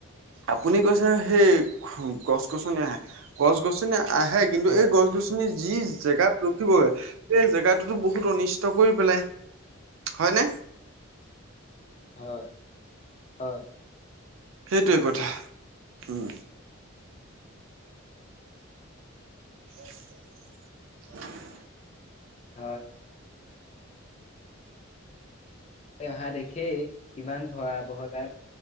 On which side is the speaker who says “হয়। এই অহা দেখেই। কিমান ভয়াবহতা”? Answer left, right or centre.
Left